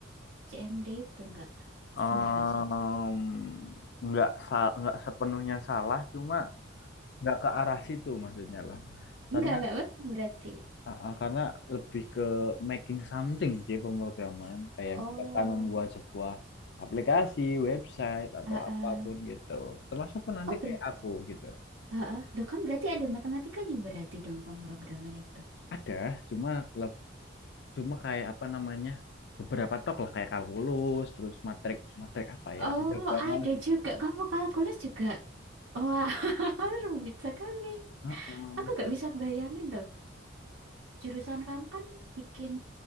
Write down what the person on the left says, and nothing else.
Em,
nggak sa- nggak sepenuhnya salah cuma nggak ke arah situ maksudnya lah karena
ah, ah, karena lebih ke making something sih pemrograman kayak
misalkan membuat sebuah aplikasi website atau
apapun gitu termasuk pun nanti
kayak aku gitu
ada cuma leb- cuma kayak apa namanya beberapa tok lah kayak kalkulus terus matrik matrik apa ya
aljabar
gitu
Heeh,